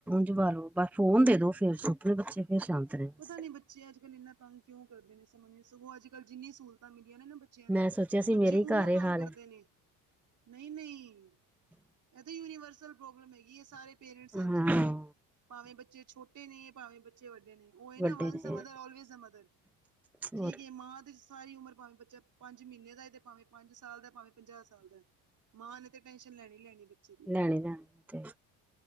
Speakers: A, in the centre; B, on the right.
A: ਇੰਜ ਪਾਲੋ ਬਸ ਫੋਨ ਦੇ ਦੋ ਫੇਰ ਛੋਟੇ ਬੱਚੇ ਫੇਰ ਸ਼ਾਂਤ ਨੇ ਬਸ
B: ਪਤਾ ਨੀ ਬੱਚੇ ਅੱਜ- ਕੱਲ ਇੰਨਾ ਤੰਗ ਕਿਉਂ ਕਰਦੇ ਨੇ ਸਮਝ ਸਗੋਂ ਅੱਜ- ਕੱਲ ਜਿੰਨੀਆਂ ਸਹੂਲਤਾਂ ਮਿਲੀਆਂ ਨੇ ਬ ਬੱਚਿਆਂ ਨੂੰ
A: ਮੈਂ ਸੋਚਿਆ ਸੀ
B: ਬੱਚੇ
A: ਮੇਰੇ ਹੀ
B: ੳਨਾ
A: ਘਰ ਇਹ
B: ਤੰਗ
A: ਹਾਲ
B: ਕਰਦੇ
A: ਹੈ।
B: ਨੇ, ਨਹੀਂ- ਨਹੀਂ ਇਹ ਤਾਂ ਯੂਨੀਵਰਸਲ ਪ੍ਰੋਬਲਮ ਹੈਗੀ ਆ ਸਾਰੇ ਪੇਰੈਂਟਸ ਐੰਜੀ
A: ਹਾਂ
B: ਨੇ- ਭਾਵੇਂ ਬੱਚੇ ਛੋਟੇ ਨੇ ਭਾਵੇਂ ਬੱਚੇ ਵੱਡੇ ਨੇ ਉਹ ਹੈ ਨਾ
A: ਵੱਡੇ
B: ਵੰਸ
A: ਨੇ
B: ਦਾ ਮਦਰ ਅਲਵੇਜ਼ਦਾ ਮਦਰ ਠੀਕ
A: ਹੋਰ
B: ਹੈ ਮਾਂ ਤੇ ਸਾਰੀ ਉਮਰ ਭਾਵੇਂ ਬੱਚਾ ਪੰਜ ਮਹੀਨੇ ਦਾ ਤੇ ਭਾਵੇਂ ਪੰਜ ਸਾਲ ਦਾ ਭਾਵੇਂ ਪੰਜਾਹ ਸਾਲ ਦਾ ਮਾਂ ਨੇ ਟੈੈਂਸ਼ਨ ਲੈਣੀ ਲੈਣੀ ਬੱਚੇ ਦੀ
A: ਲੈਣੇ ਲੈਣੀ ਤੇ